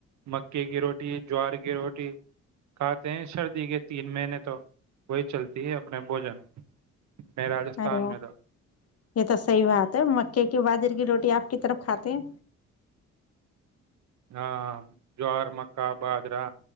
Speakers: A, on the right; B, on the left.
A: مکے کی روٹی جوار کی روٹی کھاتے ہیں سردی کے تین مہینے تو وہی چلتی ہے اپنے بوجن میں راجستھان
B: ارے واہ،
A: میں تھا
B: یہ تو صحی بات ہے مکے کی باز کی روٹی آپ کی طرف کھاتے ہیں
A: ہاں ہاں جوار مکا بجرہ